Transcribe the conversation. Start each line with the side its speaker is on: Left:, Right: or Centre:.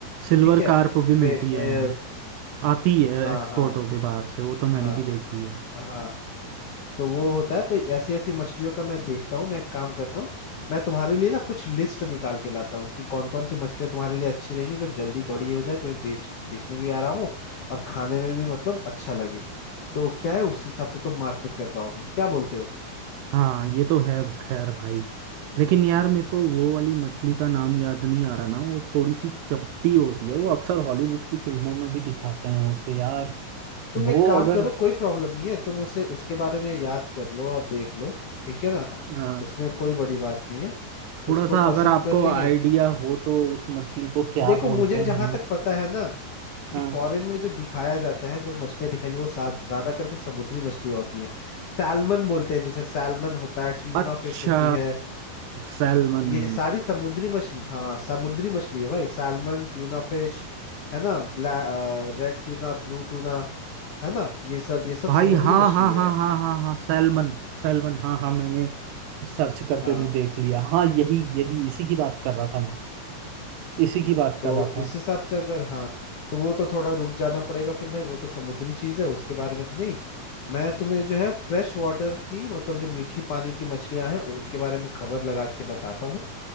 Right: सिल्वर
Left: ठीक है
Right: कार्प भी मिलती
Left: फिर
Right: है यहाँ आती है
Left: हाँ
Right: एक्सपोर्ट
Left: हाँ
Right: होके बाहर से वो तो मैंने
Left: हाँ
Right: भी देखी है
Left: हाँ तो वो होता है तो ऐसी ऐसी मछलियों का मैं देखता हूँ मैं एक काम करता हूँ मैं तुम्हारे लिए ना कुछ लिस्ट निकाल के लाता हूँ कि कौन कौन सी मछलियाँ तुम्हारे लिए अच्छी रहेंगी जो जल्दी बड़ी हो जाए तुम्हें बेच बेचने में भी आराम हो और खाने में भी मतलब अच्छा लगे तो क्या है उस हिसाब से तुम मार्केट कर पाओगे क्या बोलते हो
Right: हाँ ये तो है खैर भाई लेकिन यार मेरे को वो वाली मछली का नाम याद नहीं आ रहा ना वो थोड़ी सी चपटी होती है वो अक्सर हॉलीवुड की फिल्मों में भी दिखाते हैं उसे यार
Left: तुम
Right: वो
Left: एक काम
Right: अगर
Left: करो कोई प्रॉब्लम नहीं है तुम उसे उसके बारे में याद कर लो और देख लो ठीक है ना
Right: हाँ,
Left: उसमें कोई बड़ी बात नहीं है
Right: थोड़ा
Left: उसको
Right: सा
Left: पसंद
Right: अगर आपको
Left: कर लेंगे
Right: आइडिया हो तो उस मछली को क्या
Left: देखो
Right: बोलते
Left: मुझे
Right: हैं
Left: जहां तक पता है ना कि
Right: हाँ
Left: फॉरेन में जो दिखाया जाता है जो मछलियां दिखाई वो सा- ज्यादा करके समुद्री मछलियां होती हैं सैलमन बोलते हैं जिसे सैलमन होता है ट्यूना
Right: अच्छा
Left: फिश होती है
Right: सैलमन
Left: ये सारी समुद्री मछली हाँ समुद्री मछली है भाई सैलमन ट्यूना फिश है ना ब्लै रेड ट्यूना ब्लू ट्यूना है ना ये सब ये सब
Right: भाई
Left: समुद्री
Right: हाँ
Left: मछलियां
Right: हाँ हाँ
Left: है
Right: हाँ हाँ हाँ सैलमन सैलमन हाँ हाँ मैंने सर्च करके
Left: हाँ
Right: भी देख लिया हाँ यही यही इसी की बात कर रहा था मैं इसी की बात कर
Left: तो
Right: रहा था
Left: इस हिसाब से अगर हाँ तो वो तो थोड़ा रुक जाना पड़ेगा फिर भाई वो तो समुद्री चीज है उसके बारे में तो नहीं मैं तुम्हें जो है फ्रेश वाटर की मतलब जो मीठी पानी की मछलियां हैं उनके बारे में खबर लगा के बताता हूँ